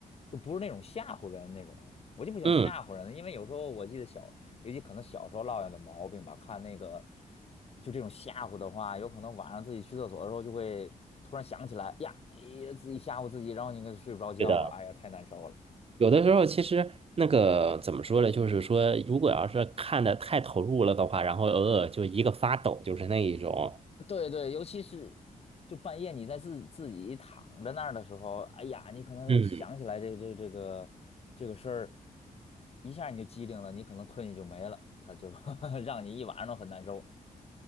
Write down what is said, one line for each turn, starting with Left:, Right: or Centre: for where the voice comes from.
Left: 就不是那种吓唬人那种。我就不想吓唬人，
Right: 嗯，
Left: 因为有时候我记得小，尤其可能小时候落下的毛病吧，看那个就这种吓唬的话，有可能晚上自己去厕所的时候就会突然想起来，哎呀，哎呀，自己吓唬自己，然后你可睡不着觉了，
Right: 对的。
Left: 哎呀，太难受了。
Right: 有的时候其实那个怎么说呢，就是说，如果要是看的太投入了的话，然后偶尔就一个发抖，就是那一种。
Left: 对对，尤其是就半夜你在自自己躺着那儿的时候，哎呀，你可能又想起来这这这个这个事儿，
Right: 嗯。
Left: 一下你就机灵了，你可能困意就没了，他就 <laughs> 让你一晚上都很难受。